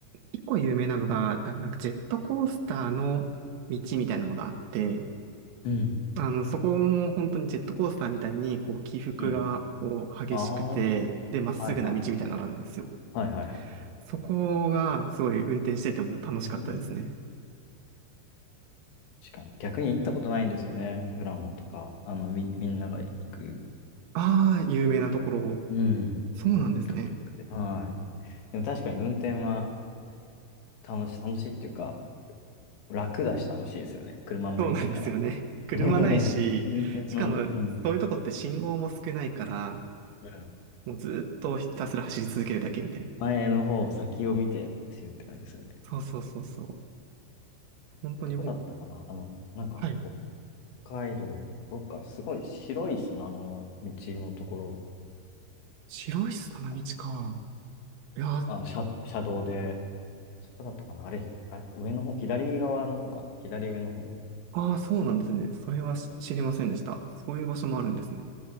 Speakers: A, on the right (about 85°); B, on the left (about 65°).
A: 一個有名なのが、なんかジェットコースターの道みたいなのがあって、
B: うん。
A: あの、そこも本当にジェットコースターみたいに、こう、起伏が、
B: うん。
A: こう、激しくて、
B: ああはい
A: で、まっすぐな道みたいなのがあるんですよ。
B: はいはい。はいはいはい。
A: そこが、すごい運転してても楽しかったですね。
B: うーん確かに。逆に行ったことないんですよね。富良野とか、あの、み、みんなが行く
A: ああ、有名なところ。
B: ところ。うん。行っ
A: そうなんですね。
B: たことなくて。はい。でも確かに運転は楽しい、楽しいっていうか、楽だし楽しいですよね。車あんまりいないから。
A: そうなんですよね。車ないし、
B: <laughs> 運転の、
A: しかも、
B: うん。
A: そういうとこって信号も少ないから、
B: うん。
A: もうずっとひたすら走り続けるだけみたいな。
B: 前の方、先を見て走るって感じですよね。
A: そうそうそうそう。本当にほ、
B: どこだったかなあの、なんか、
A: はい。
B: 北海道、どっかすごい白い砂の道のところ
A: 白い砂の道か。
B: が、
A: いやー
B: あの、車、車道で、そこだったかなあれ、あれ、上の方、左側の方かな左上の方。
A: ああ、そうなんですね。それはし知りませんでした。
B: うん。
A: そういう場所もあるんですね。